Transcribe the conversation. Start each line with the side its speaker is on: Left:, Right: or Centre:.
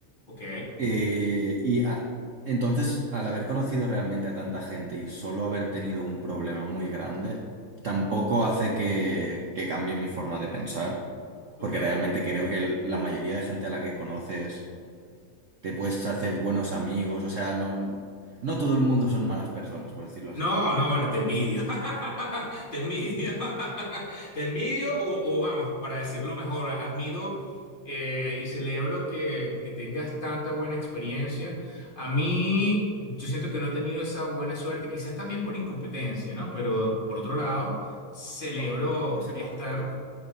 Left: ok,
Right: Eh, y a- entonces, al haber conocido realmente a tanta gente y solo haber tenido un problema muy grande, tampoco hace que, que cambie mi forma de pensar,
Left: ok.
Right: porque realmente creo que el- la mayoría de gente a la que conoces te puedes hacer buenos amigos, o sea, no, no todo el mundo son malas personas, por decirlo
Left: No,
Right: así.
Left: no, bueno, te envidio. <laughs> Te envidio. <laughs> Te envidio o, o vamos, para decirlo mejor, admiro eh, y celebro que, que tengas tanta buena experiencia. A mí, yo siento que no he tenido esa buena suerte, quizás también por incompetencia, ¿no? Pero por otro lado, celebro
Right: Bueno, también puede ser
Left: estar
Right: mala suerte.